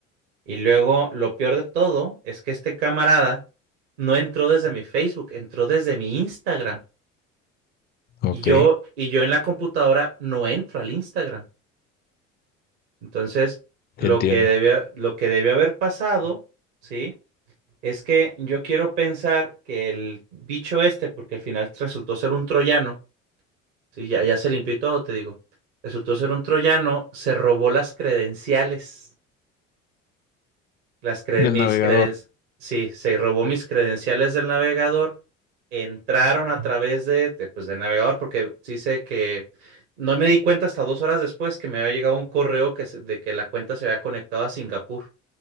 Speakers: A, on the right; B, on the left.
A: y luego lo peor de todo es que este camarada no entró desde mi Facebook, entró desde mi Instagram
B: Ok,
A: y yo y yo en la computadora no entro al Instagram. Entonces, lo
B: entiendo.
A: que debió, lo que debió haber pasado, ¿sí? Es que yo quiero pensar que el bicho este, porque al final resultó ser un troyano, ¿sí? Ya, ya se limpió y todo, te digo. Resultó ser un troyano, se robó las credenciales, las cre-
B: Del
A: mis
B: navegador.
A: credenciales, sí, se robó mis credenciales del navegador, entraron a través de, de, pues, del navegador, porque sí sé que no me di cuenta hasta dos horas después que me había llegado un correo que se- de que la cuenta se había conectado a Singapur.